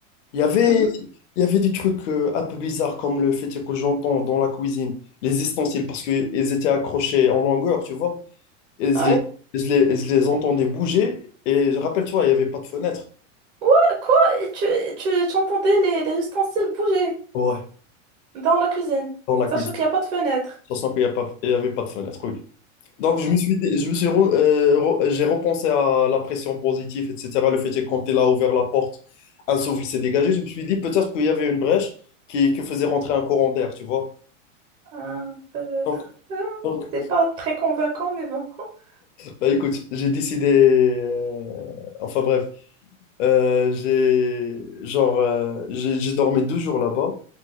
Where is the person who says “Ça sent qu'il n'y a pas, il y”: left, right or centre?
Left